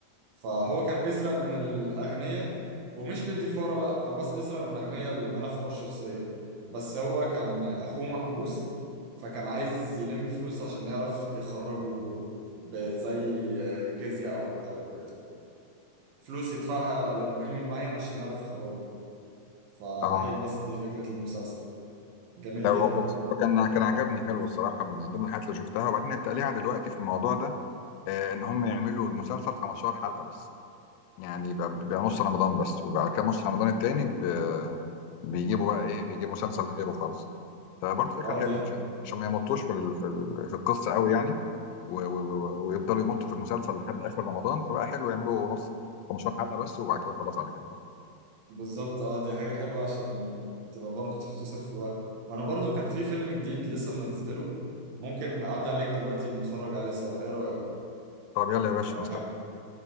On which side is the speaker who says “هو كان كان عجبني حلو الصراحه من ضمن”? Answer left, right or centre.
Left